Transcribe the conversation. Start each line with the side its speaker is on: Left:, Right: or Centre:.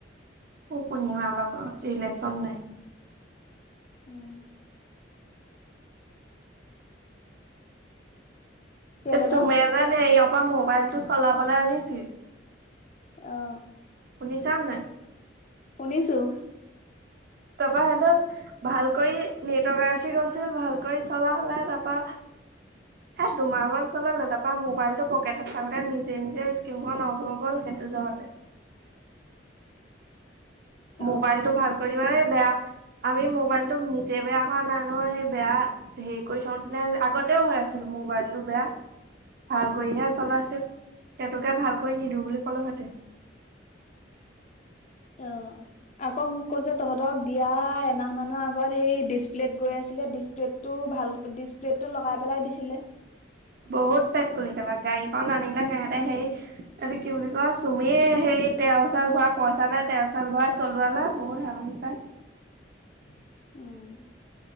Right: অ পূৰ্ণিমা লগত ৰেলেচন নাই।
Left: ওম। কেলে
Right: এ চুমে
Left: বা
Right: জানে ইয়াপা মোবাইল টো চলাবলে আনিছিল
Left: অহ
Right: শুনিছা নাই?
Left: শুনিছোঁ।
Right: তাপা হেতে ভালকৈ নেটৱৰ্ক <unintelligible> ভালকৈ চলে তা পা এ দুমাহ মান চলাল তাপা মোবাইলটো পকেটত থাকোতে নিজে নিজে স্কিমখন অফ হৈ গ'ল। সিটো যাওঁতে।
Left: <inaudible> অ
Right: মোবাইলটো ভাল কৰি দিবলে বেয়া। আমি মোবাইল টো নিজে বেয়া কৰা নাই নহয়, সেই বেয়া হেৰি কৰি থওঁ তেনে আগতেও হৈ আছিল। মোবাইল টো বেয়া।
Left: <inaudible>
Right: ভাল কৰিহে চলাইচিল সেতোকে ভাল কৰি নিদো বুলি কলো হতে।
Left: অ আকৌ মোক কৈছে তহঁতক দিয়া এমাহ মানৰ আগত সেই ডিচপ্লেত গৈ আছ- ডিচপ্লেটো ভাল ডিচ প্লেটো লগাই পেলাই দিছিলে।
Right: বহুত পেট কুলিকেলা গাড়ীখন আনিলে সিহতে সেই কি বুলি কয় চুমিয়ে সেই তেল চেল ভৱাই পইচা নাই তেল চেল ভৰোৱাই চলোৱালে বহুত সাহনি পাই।
Left: <inaudible> উম